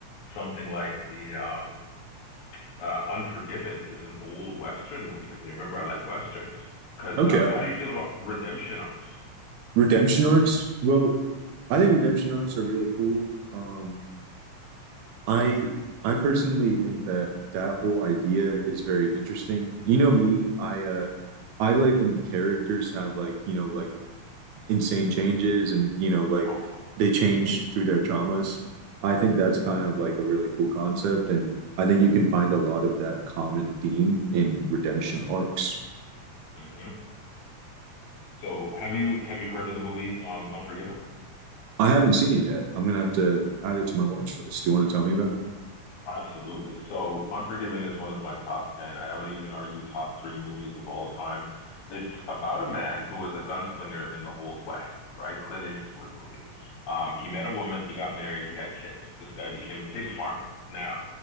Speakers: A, on the left; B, on the right.
A: something like the um uh Unforgiven is an old Western movie because I remember I like Westerns. Because
B: Okay.
A: um, how do you feel about redemption arcs?
B: Redemption arcs? Well, I think redemption arcs are really cool. Um, I I personally think that that whole idea is very interesting. You know me, I uh I like when characters have like, you know, like insane changes and, you know, like
A: Trauma.
B: they change through their traumas. I think that's kind of like a really cool concept and I think you can find a lot of that common theme in redemption arcs.
A: hmm So have you have you heard of the movie um Unforgiven?
B: I haven't seen it yet. I'm gonna have to add it to my watch list. Do you want to tell me about it?
A: Absolutely. So, Unforgiven is one of my top 10. I would even argue top three movies of all time. It's about a man who was a gunslinger in the Old West, right? Clint Eastwood movie. Um, he met a woman, he got married, he had kids. This guy became a pig farmer. Now,